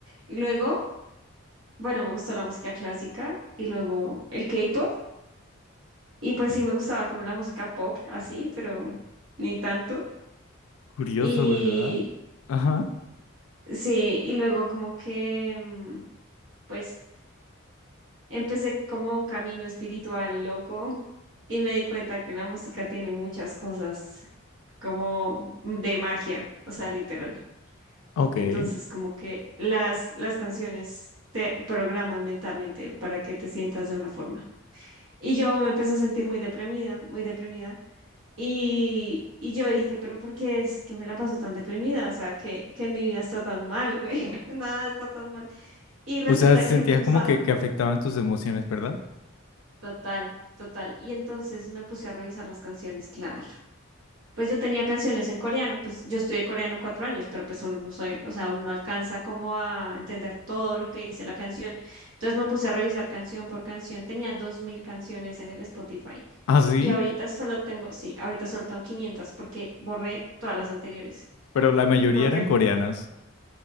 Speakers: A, on the right; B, on the left.
A: Y luego, bueno, me gustó la música clásica y luego el K-pop y pues sí, me gustaba como la música pop, así, pero ni tanto.
B: Curioso,
A: Y
B: ¿verdad? Ajá,
A: sí, y luego como que, mm, pues... Empecé como un camino espiritual loco Y me di cuenta que la música tiene muchas cosas como de magia, o sea, literal.
B: ok.
A: Entonces, como que las, las canciones te programan mentalmente para que te sientas de una forma. Y yo me empecé a sentir muy deprimida, muy deprimida. Y, y yo dije, pero ¿por qué es que me la paso tan deprimida? O sea, que, que mi vida está tan mal, güey. <laughs> Nada está tan mal. Y resulta
B: O sea, sentías
A: que me gustaban
B: como que, que afectaban tus emociones, ¿verdad?
A: total, total. Y entonces me puse a revisar las canciones, claro. pues yo tenía canciones en coreano, pues yo estudié coreano cuatro años, pero pues uno no soy, o sea, uno no alcanza como a entender todo lo que dice la canción. Entonces me puse a revisar canción por canción, tenía dos mil canciones en el Spotify
B: Ah, sí,
A: y ahorita solo tengo, sí, ahorita solo tengo 500 porque borré todas las anteriores,
B: pero la mayoría
A: porque
B: eran coreanas,